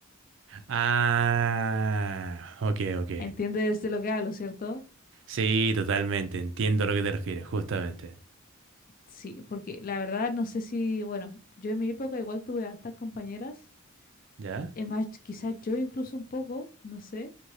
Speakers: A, on the right; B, on the left.
A: Ah, ok, ok.
B: ¿Entiendes de lo que hablo, cierto?
A: Sí, totalmente, entiendo a lo que te refieres, justamente.
B: Sí, porque la verdad no sé si, bueno, yo en mi época igual tuve hartas compañeras,
A: ¿Ya?
B: es más, quizás yo incluso un poco, no sé,